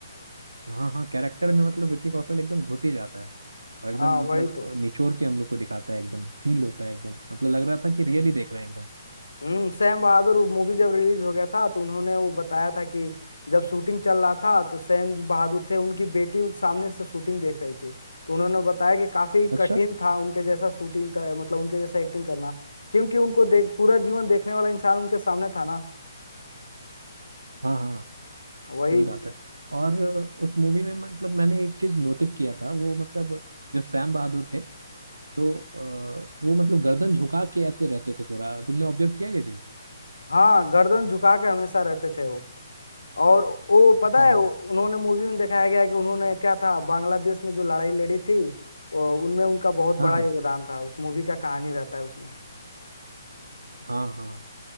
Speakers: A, on the right; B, on the left.
A: हाँ हाँ कैरेक्टर में मतलब विक्की कौशल एकदम घुस ही जाता है और एकदम
B: हाँ
A: मतलब
B: वही तो
A: अ, निचोड़ के हम लोग को दिखाता है एकदम फील होता है एकदम मतलब लग रहा था कि रियली देख रहे हैं एकदम
B: हम्म सैम बहादुर मूवी जब रिलीज हो गया था तो उन्होंने वो बताया था कि जब शूटिंग चल रहा था तो सैम जो बहादुर थे उनकी बेटी उस सामने से शूटिंग देख रही थी तो उन्होंने बताया कि काफी
A: अच्छा
B: कठिन था उनके जैसा शूटिंग कर, मतलब उनके जैसा एक्टिंग करना क्योंकि उनको देख पूरा जीवन देखने वाला इंसान उनके सामने था ना
A: हाँ हाँ
B: वही
A: सही बात है और अ, उस मूवी में मतलब मैंने एक चीज नोटिस किया था वो मतलब जो सैम बहादुर थे तो अ, वो मतलब गर्दन झुका के ऐसे रहते थे थोड़ा तुमने ऑब्जर्व किया ये चीज
B: हाँ गर्दन झुका के हमेशा रहते थे वो और वो पता
A: हाँ
B: है
A: हाँ
B: वो- उन्होंने मूवी में दिखाया गया है कि उन्होंने क्या था बांग्लादेश में जो लड़ाई लड़ी थी वो- उनमें उनका बहुत
A: हाँ
B: बड़ा
A: हाँ
B: योगदान था उस मूवी का कहानी रहता है उसमें
A: हाँ हाँ